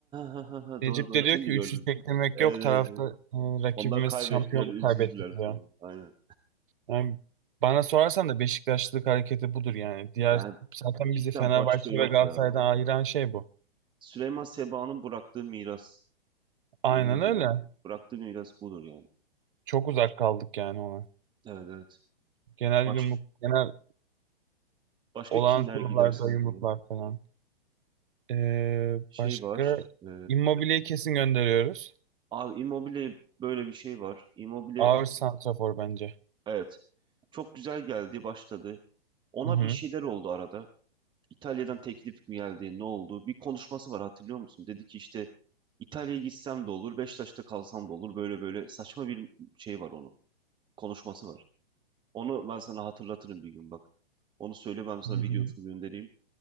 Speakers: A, on the right; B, on the right.
A: ha, ha, ha,
B: Necip
A: doğru doğru
B: de diyor
A: şimdi
B: ki üçlü
A: gördüm.
B: çektirmek
A: Evet,
B: yok tarafta
A: evet, evet.
B: e, rakibimiz
A: Onlar kaybettiler,
B: şampiyonluk kaybetti
A: üzüldüler
B: diyor.
A: falan. Aynen.
B: Yani bana sorarsan da Beşiktaşlılık hareketi budur yani. Diğer
A: Yani
B: zaten
A: cidden
B: bizi Fenerbahçe
A: başka yok
B: ve Galatasaray'dan
A: ya.
B: ayıran şey bu.
A: Süleyman Seba'nın bıraktığı miras.
B: Aynen
A: Yemin ederim.
B: öyle.
A: Bıraktığı miras budur yani.
B: Çok uzak kaldık yani ona.
A: Evet evet.
B: Genel
A: Baş,
B: yumruk, genel
A: başka
B: olağan
A: kimler
B: kurullarda
A: gider sence
B: yumruklar
A: ya?
B: falan. Ee,
A: Şey
B: başka
A: var. E,
B: Immobile'yi kesin gönderiyoruz.
A: abi Immobile böyle bir şey var. Immobile
B: Ağır santrafor bence.
A: evet. Çok güzel geldi başladı. Ona
B: Hı hı.
A: bir şeyler oldu arada. İtalya'dan teklif mi geldi, ne oldu? Bir konuşması var hatırlıyor musun? Dedi ki işte İtalya'ya gitsem de olur, Beşiktaş'ta kalsam da olur. Böyle böyle saçma bir şey var onun. Konuşması var. Onu ben sana hatırlatırım bir gün bak. Onu söyle ben sana
B: Hı
A: videosunu
B: hı.
A: göndereyim.